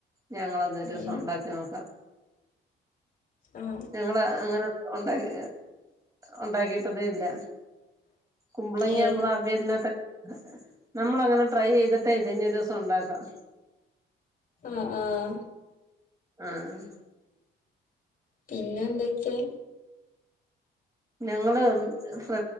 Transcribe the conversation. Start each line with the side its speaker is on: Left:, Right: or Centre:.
Right: ഞങ്ങളെന്നാ ഒരു ദിവസം
Left: ഉം
Right: ഉണ്ടാക്കി നോക്കാം
Left: ആഹ്
Right: ഞങ്ങള് അങ്ങനെ ഉണ്ടാക്കി ഉണ്ടാക്കിട്ടതേ ഇല്ല കുമ്പളങ്ങാ
Left: ഏഹ്
Right: നമ്മള് അവിയലിനൊക്കെ നമ്മള് അങ്ങനെ ട്രൈ ചെയ്തിട്ടേ ഇല്ല ഇനി ഒരു ദിവസം ഉണ്ടാക്കാം
Left: ആഹ് ആഹ്
Right: ആഹ്
Left: പിന്നെ എന്തൊക്കെ
Right: ഞങ്ങള് ഫ്ര